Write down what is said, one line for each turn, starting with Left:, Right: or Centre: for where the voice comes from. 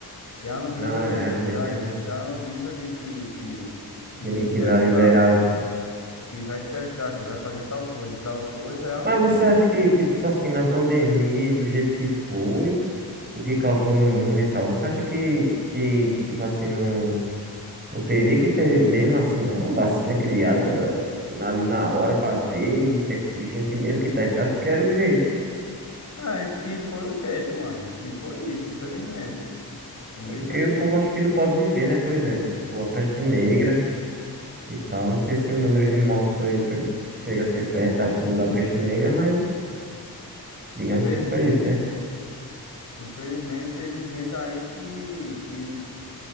Left: Se a Anvisa,
Right: Não, é, realmente,
Left: se a,
Right: realmente.
Left: se a Anvisa de que, que, que
Right: Que,
Left: tem
Right: nem
Left: que
Right: que
Left: testar,
Right: vai liberar o...
Left: que vai testar, que vai fazer tal coisa e tal coisa, é a
Right: Mas
Left: Anvisa.
Right: você acha que, que, tipo assim, na pandemia e do jeito que foi, o que causou no mundo e tal, você acha que, que, que tipo assim, não... Não teria que ter, mesmo assim, não, uma vacina criada na- ali na hora pra ver e ter gente mesmo que testasse, porque era o jeito.
Left: Ah, e f- e foi o jeito, mano. E foi isso, infelizmente. Ninguém
Right: É porque
Left: teve
Right: o
Left: tempo.
Right: povo acha que não pode viver, né? Por exemplo, tipo a peste negra e tal. Não sei se o número de mortos foi, foi- chega a ser perto da- do da peste negra, mas digamos
Left: infeli-
Right: que foi isso, né?
Left: Infelizmente, teve gente aí que, que,